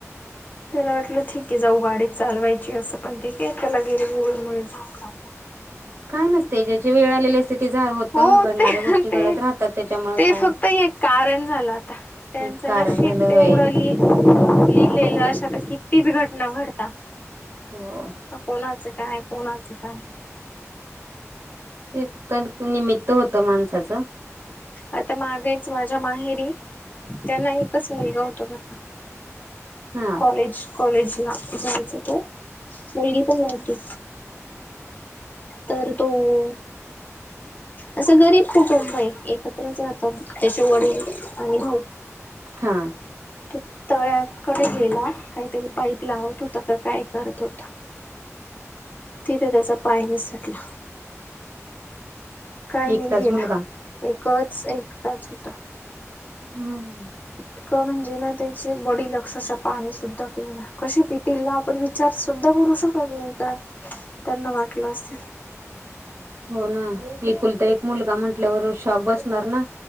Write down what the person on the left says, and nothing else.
त्याला वाटलं ठीक आहे जाऊ गाडीत चालवायची असं पण ठीक आहे त्याला गेले गळमुळे आप आपण
हो
ते
ते
ते
फक्त एक कारण झालं आता त्यांचं
नशीब
ते
उडली लिहिलेलं अश आता किती घटना घडतात.
का कोणाचं काय कोणाचं काय?
आता मागेच माझ्या माहेरी त्यांना एकच मुलगा होता बर का?
कॉलेज कॉलेज ला जायचा त मुलगी पण नव्हती. तर तोऽ. असं गरीब कुटुंब आहे एकत्रच राहतात त्याचे वडील आणि भाऊ.
तो तळ्याकडे गेला,, काहीतरी पाईप लावत होता का काय करत होता. तिथे त्याचा पायने सुटला. काही
नाही गेला
एकच एकटाच होता.
इतकं म्हणजे ना त्याचे बॉडी लक्षशा पाणी सुद्धा पिना कसे पितील ना आपण. विचार सुद्धा करू शकत नाही काय त्यांना वाटलं अस.